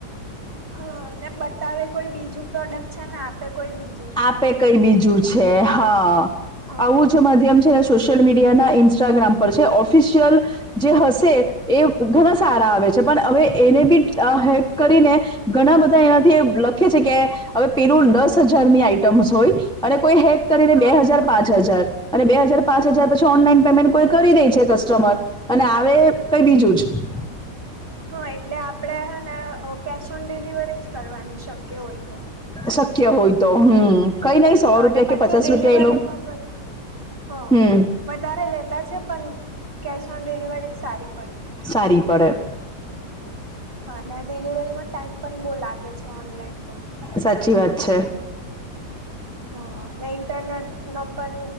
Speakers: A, on the right (about 30°); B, in the centre.
A: હ ને બતાવે કોઈ બીજું પ્રોડક્ટ છે ને આપે કોઈ બી
B: આપે કઈ બીજું છે હા
A: હા
B: આવું જ માધ્યમ છે અને સોશિયલ મીડિયા ના ઇન્સ્ટાગ્રામ પર છે ઓફિશિયલ જે હશે એ ઘણા સારા આવે છે પણ હવે એને બી હેક કરીને ઘણા બધા એનાથી લખે છે કે હવે પેલું દસ હજાર હજાર ની આઈટમ્સ હોય અને કોઈ હેક કરીને
A: હા
B: બે હજાર પાંચ હજાર અને બે હજાર પાંચ હજાર પછી ઓનલાઈન પેમેન્ટ કોઈ કરી દે છે કસ્ટમર અને આવે કઈ બીજું જ
A: હા એટલે આપણેે હેને કેશ ઓન ડિલિવરી જ કરવાની શક્ય હોય તો
B: શક્ય હોય તો હમ્મ કઈ નહી સો
A: અને
B: રૂપિયા
A: પાછું
B: કે પચાસ
A: ડિલિવરીમાં
B: રૂપિયા એલો
A: પણ હા
B: હમ્મ
A: વધારે લેતા છે પણ કેશ ઓન ડિલિવરી સારી પડે.
B: સારી પડે
A: હા અને ડિલિવરીમાં ટાઈમ પણ બહુ લાગે છે ઓનલાઈન તો
B: સાચી વાત છે
A: હ ને ઇન્ટરનેટનો પણ